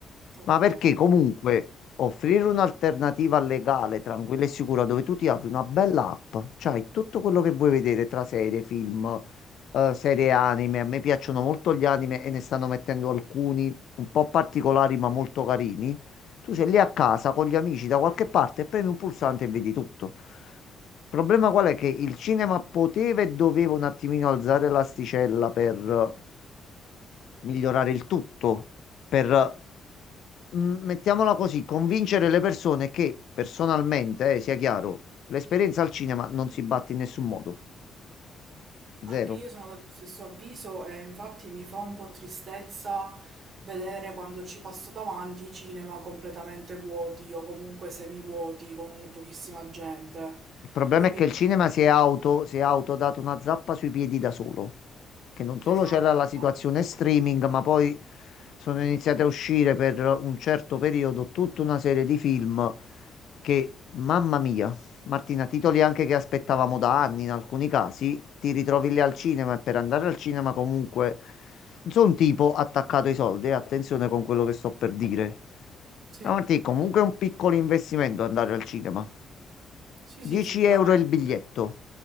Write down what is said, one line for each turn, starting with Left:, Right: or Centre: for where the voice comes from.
Right: Ok.
Left: ma perché comunque offrire un'alternativa legale, tranquilla e sicura, dove tu ti apri una bella app, c'hai tutto quello che vuoi vedere tra serie, film, eh, serie anime. A me piacciono molto gli anime e ne stanno mettendo alcuni un po' particolari ma molto carini. Tu sei lì a casa con gli amici da qualche parte e premi un pulsante e vedi tutto. Il problema qual è? Che il cinema poteva e doveva un attimino alzare l'asticella per migliorare il tutto, per, mm, mettiamola così, convincere le persone che personalmente, eh, sia chiaro, l'esperienza al cinema non si batte in nessun modo, zero.
Right: Anche io sono dello stesso avviso e infatti mi fa un po' tristezza vedere quando ci passo davanti i cinema completamente vuoti o comunque semivuoti con pochissima gente.
Left: Il problema
Right: Io
Left: è
Right: mi
Left: che
Right: ricordo.
Left: il cinema si è auto, si è autodato una zappa sui piedi da solo, che non solo
Right: Esatto,
Left: c'era la
Right: esatto.
Left: situazione streaming, ma poi sono iniziate a uscire per un certo periodo tutta una serie di film che, mamma mia, Martina, titoli anche che aspettavamo da anni in alcuni casi, ti ritrovi lì al cinema e per andare al cinema comunque non sono un tipo attaccato ai soldi, eh, attenzione con quello che sto per dire.
Right: Sì,
Left: No, Martina, comunque è un piccolo investimento andare al cinema.
Right: sì,
Left: 10
Right: sì, sicuramente.
Left: euro il biglietto.